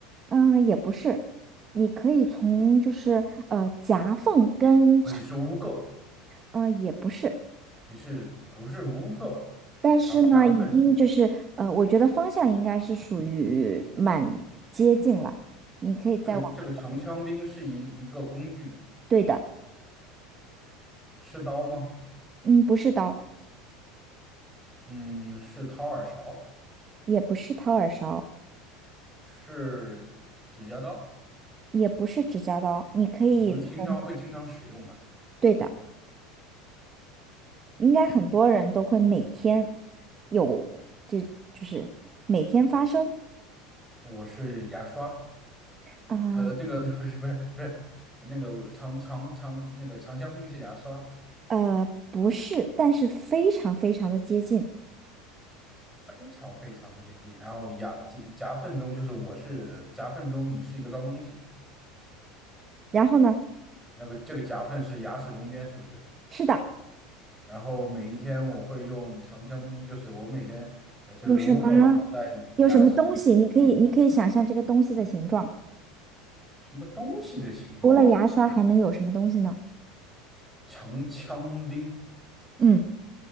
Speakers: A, on the right; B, in the centre.
A: 嗯、也不是，你可以从就是呃夹缝跟肠，
B: 你是污垢，
A: 呃，也不是。
B: 你是不是污垢？
A: 但是呢，
B: 然后夹缝，
A: 已经就是呃，我觉得方向应该是属于蛮接近了。你可以再往这个
B: 这个这个长枪兵是一一个工具，
A: 对的，
B: 是刀吗？
A: 嗯，不是刀，
B: 嗯，是掏耳勺，
A: 也不是掏耳勺，
B: 是指甲刀，
A: 也不是指甲刀，你可以从，
B: 我们平常会经常使用它。
A: 对的，应该很多人都会每天有，这就是每天发生
B: 我是牙刷，
A: 啊，
B: 呃，那个 <laughs> 不是不是不是，那个长长长那个长枪兵是牙刷，
A: 呃，不是，但是非常非常的接近。
B: 非常非常接近。然后牙夹夹缝中就是我是夹缝中，你是一个脏东西。
A: 然后呢，
B: 那个这个夹缝是牙齿中间，是不是？
A: 是的，
B: 然后每一天我会用长枪兵，就是我每天呃就是污垢藏在牙齿
A: 有什么有什么东西，你可以你可以想象这个东西的形状。
B: 什么东西的形状，
A: 除了牙刷还能有什么东西呢？
B: 长枪兵，
A: 嗯，